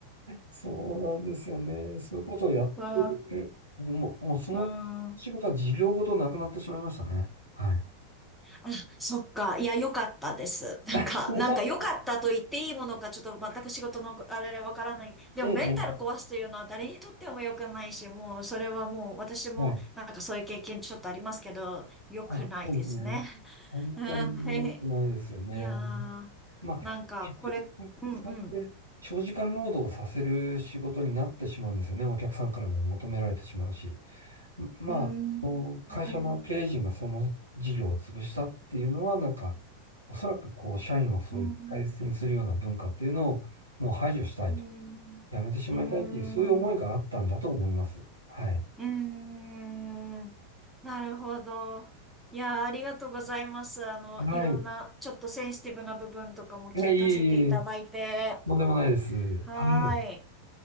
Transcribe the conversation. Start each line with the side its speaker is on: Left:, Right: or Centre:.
Right: そうなんですよね。そういうことをやってる。
Centre: うん、
Right: もう、もうその仕事は事業ごとなくなってしまいましたね。
Centre: うん
Right: はい。
Centre: あ、そっか。いや、良かったです。なんか、
Right: <laughs>
Centre: なんか良かったと言っていいものか、ちょっと全く仕事のあれでわからない。でも、
Right: ええ、
Centre: メンタル壊すというのは誰にとっても良くないし、
Right: ええ
Centre: もう、それはもう、私も、
Right: はい。
Centre: なんかそういう経験ちょっとありますけど、良くないですね。
Right: あ、そうですね。
Centre: <laughs>
Right: 本当に良くないですよね。
Centre: うん、はい。いやー、
Right: まあ、
Centre: なんか、
Right: 結局、
Centre: これ、うん、
Right: 使って長時間労働をさせる仕事になってしまうんですよね。
Centre: うん。
Right: お客さんからも求められてしまうし。んま
Centre: うん、うん、
Right: あ、会社の経営陣がその事業を潰したっていうのは、
Centre: うん、
Right: なんか、おそらくこう、社員をそういう大切にするような文化っていうのをもう排除したいと。
Centre: うん、うん、
Right: やめてしまいたいっていう、
Centre: うん。
Right: そういう思いがあったんだと思います。はい。
Centre: うーん、なるほど。いやー、ありがとうございます。あの、
Right: はい。
Centre: いろんな、ちょっとセンシティブな部分とかも聞かせていただいて。
Right: え、いえいえいえとんでもないです。
Centre: はーい。
Right: はい。